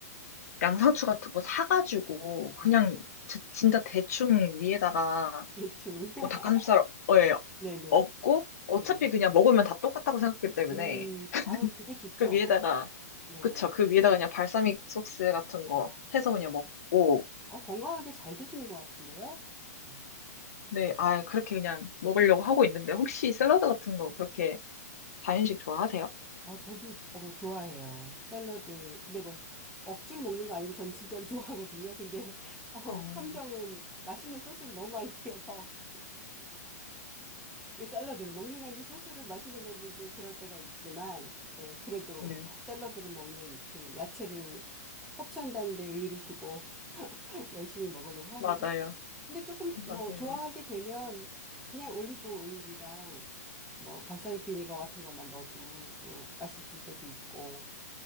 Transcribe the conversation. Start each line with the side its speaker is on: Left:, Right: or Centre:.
Left: 양상추 같은 거 사가지고 그냥
Centre: 네, <laughs>
Left: 지- 진짜 대충 위에다가
Centre: 대충. <laughs>
Left: 뭐 닭가슴살을
Centre: 네네,
Left: 얹고 어차피
Centre: 네.
Left: 그냥 먹으면 다 똑같다고 생각하기 때문에
Centre: 음, 아유, 그게 좋죠.
Left: 그 위에다가,
Centre: 네.
Left: 그쵸. 그 위에다가 그냥 발사믹 소스 같은 거
Centre: 아,
Left: 해서 그냥 먹고,
Centre: 어, 건강하게 잘 드시는 것 같은데요? 네.
Left: 네, 아, 그렇게 그냥 먹으려고 하고 있는데, 혹시 샐러드 같은 거 그렇게 자연식 좋아하세요?
Centre: 어, 저도, 어, 좋아해요. 샐러드. 근데 뭐, 억지로 먹는 거 아니고 전 진짜로 좋아하거든요. 근데, <laughs> 어,
Left: 어,
Centre: 함정은 맛있는 소스를 너무 많이 뿌려서. 이게 샐러드를 먹는 건지 소스를 마시는 건지 좀 그럴 때가 있지만 예, 그래도
Left: 네.
Centre: 샐러드를 먹는 그 야채를 섭취한다는 데 의의를 두고 <laughs> 열심히 먹으려고 하는데
Left: 맞아요.
Centre: 근데 조금
Left: 맞아요.
Centre: 뭐 좋아하게 되면 그냥 올리브 오일이랑 뭐 발사믹 비니거 같은 것만 넣어도 또 맛있을 때도 있고